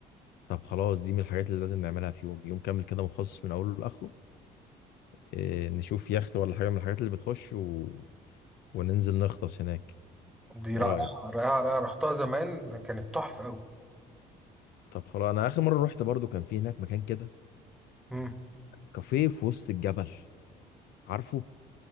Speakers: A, on the left; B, in the centre.
A: طب خلاص دي من الحاجات اللي لازم نعملها في يوم يوم كامل كده مخصص من أوله لآخره إيه نشوف يخت ولا حاجة من الحاجات اللي بتخش و... وننزل نغطس هناك
B: دي
A: إيه
B: رائعه
A: رأيك
B: رائعه رائعه رحتها زمان كانت تحفه قوي
A: طب خلاص أنا آخر مرة رحت برضو كان في هناك مكان كده
B: امم
A: كافيه في وسط الجبل عارفه